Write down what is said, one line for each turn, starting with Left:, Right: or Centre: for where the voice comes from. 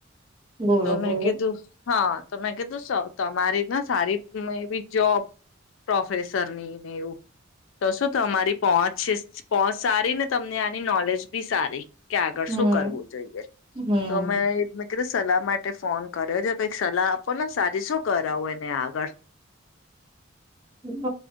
Right: બોલો
Left: તો મેં
Right: બોલો
Left: કીધું હા તો મેં કીધું સ તમારી સારી મે બી જોબ પ્રોફેસર નીને એવું. તો શું તમારી પહોંચ પહોંચ સારી ને તમને આની નોલેજ બી સારી. કે આગળ
Right: હમ
Left: શું કરવું જોઈએ
Right: હમ
Left: તો મેં કીધું સલાહ માટે ફોન કર્યો છે, કઈક સલાહ આપો ને સારી શું કરાવ એને આગળ.
Right: હ